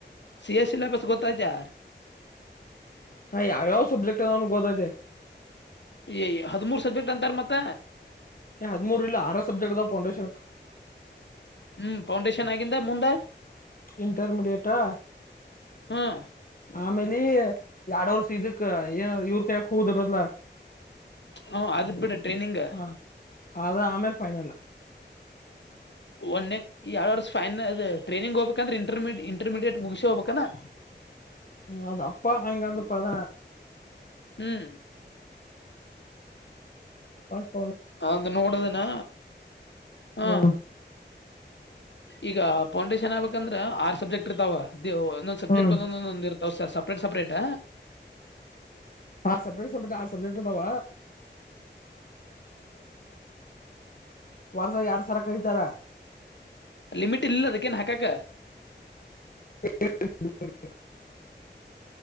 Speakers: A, on the left; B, on the left.
A: ಸಿ ಎಸ್ ಸಿಲೇಬಸ್ ಗೊತ್ತ್ತಾ?
B: ಹಾ ಯಾವ್ಯಾವ ಸಬ್ಜೆಕ್ಟ್ ಅ ನನ್ಗ್ ಗೊತ್ತಾಯತೆ.
A: ಎಯ ಹದಿಮೂರು ಸಬ್ಜೆಕ್ಟ್ ಅಂತಾರೆ ಮತ್ತ.
B: ಹದ್ಮೂರು ಇಲ್ಲ ಆರ ಸಬ್ಜೆಕ್ಟ್ ಅದವ್ ಫೌಂಡೇಶನ್ಕ್
A: ಹ್ಮ್ ಫೌಂಡೇಶನ್ ಆಗಿಂದ ಮುಂದ.
B: ಇಂಟರ್ಮಿಡಿಯಟ್ ಅ
A: ಹ್ಮ್
B: ಆಮೇಲೆ ಎರಡವರ್ಷ ಇದಕ್ ಏನ ಇವ್ರ ಕಾಯ್ಯಕ್ ಹೋದರಲ್ಲ.
A: ಹ ಅದ್ ಬಿಡ ಟ್ರೈನಿಂಗ್ ಇನ್
B: ಹಾ ಅದು ಆಮೇಲೆ ಫೈನಲ್.
A: ಒಂದ ಯಾವ ವರ್ಷ ಫೈನ್ ಟ್ರೈನಿಂಗ್ ಹೋಗ್ಬೇಕಂದ್ರೆ? ಇಂಟರ್ ಇಂಟರ್ಮೀಡಿಯೇಟ್ ಮುಗಸ ಹೋಗ್ಬೇಕನಾ.
B: ಹ್ಮ ಅದು ಅಪ್ಪಾ ಅಂಗಂತಪ್ಪಾದ.
A: ಹ್ಮ್
B: ಹ <unintelligible>
A: ಅದು ನೋಡೋದನಾ ಹಾ.
B: ಹ್ಮ್
A: ಈಗ ಫೌಂಡೇಶನ್ ಆಗ್ಬೇಕಂದ್ರೆ ಆರ್ ಸಬ್ಜೆಕ್ಟ್ ಇರ್ತಾವ, ಇದ ಒಂದೊಂದು ಸಬ್ಜೆಕ್ಟ್
B: ಹ್ಮ್
A: ಒಂದೊಂದಂದ ಇರ್ತಾವ ಸ ಸಪ್ರೇಟ್ ಸಪ್ರೇಟ್ತಾ.
B: ಹ ಸ್ರೇಟ್ ಸಬ್ಕ್ ಆ ಸಬ್ಜೆಕ್ಟ್ದಾವ. ವರ್ಸಾಗ ಎರಡ್ ಸರ ಕರೀತಾರ
A: ಲಿಮಿಟ ಇ ಇನದಿಕ ಹಾಕಾ ಕ?
B: <unintelligible>